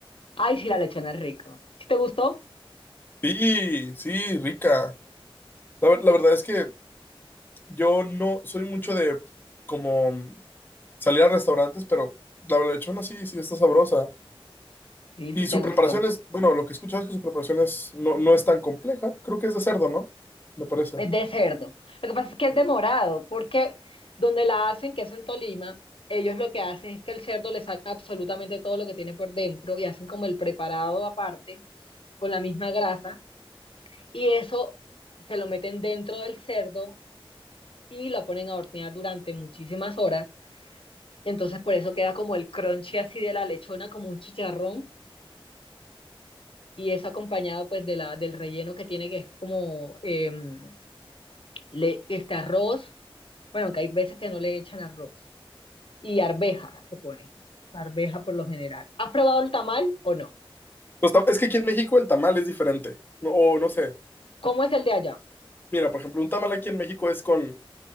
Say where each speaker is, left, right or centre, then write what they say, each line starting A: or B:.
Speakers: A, on the left; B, on the left.
A: Ay, sí, la lechona es rico. ¿Sí te gustó?
B: Sí, sí, rica. La, ver- la verdad es que yo no soy mucho de como salir a restaurantes, pero la lechona sí, sí está sabrosa.
A: Sí,
B: Y
A: sí
B: su
A: te gustó.
B: preparación es, bueno, lo que he escuchado es que su preparación es, no, no es tan compleja. Creo que es de cerdo, ¿no? Me parece.
A: Es de cerdo. Lo que pasa es que es de morado, porque donde la hacen, que es en Tolima, ellos lo que hacen es que el cerdo le saca absolutamente todo lo que tiene por dentro y hacen como el preparado aparte con la misma grasa. Y eso se lo meten dentro del cerdo y la ponen a hornear durante muchísimas horas. Entonces por eso queda como el crunchy así de la lechona, como un chicharrón. Y eso acompañado pues de la, del relleno que tiene, que es como em, le, este arroz. Bueno, que hay veces que no le echan arroz. Y arveja se pone. Arveja por lo general. ¿Has probado el tamal o no?
B: Los tam- es que aquí en México el tamal es diferente. No, o no sé.
A: ¿Cómo es el de allá?
B: Mira, por ejemplo, un tamal aquí en México es con...